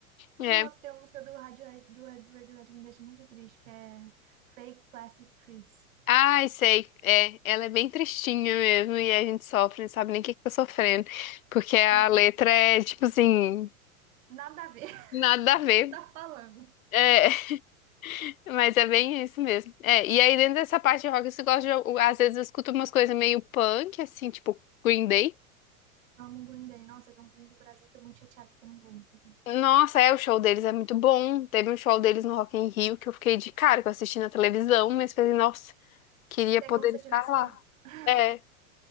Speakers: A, on the right (about 65°); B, on the left (about 65°).
A: Nossa,
B: É.
A: tem uma música do Radiohead, do Red- do Radiohead que me deixa muito triste, que é Fake Plastic Trees.
B: Ai, sei. É, ela é bem tristinha mesmo, e a gente sofre, não sabe nem o que que tá sofrendo. Porque a
A: É,
B: letra é, tipo assim,
A: nada a ver. <laughs>
B: nada
A: O
B: a
A: que
B: ver.
A: você tá falando?
B: É, <laughs> mas é bem isso mesmo. É, e aí dentro dessa parte de rock, você gosta de, às vezes eu escuto umas coisas meio punk, assim, tipo Green Day.
A: Amo o Green Day. Nossa, eles vão vir pro Brasil. Tô muito chateada que eu não vou, inclusive.
B: Nossa, é, o show deles é muito bom. Teve um show deles no Rock in Rio que eu fiquei de cara, que eu assisti na televisão, mas falei, nossa, queria
A: Isso
B: poder
A: é como se eu
B: estar
A: estivesse
B: lá.
A: lá. <laughs>
B: É,